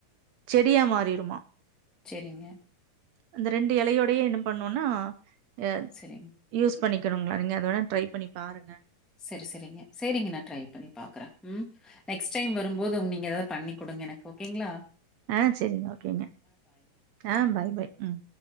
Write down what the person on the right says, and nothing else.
செடியா மாறிருமா
அந்த ரெண்டு எலையோடையே என்ன பண்ணோம்னா எ
யூஸ் பண்ணிக்கணுங்ளா நிங்க துவேணா ட்ரை பண்ணி பாருங்க
ஆஹ் செரிங் ஓகேங்க ஆஹ் பை பை ம்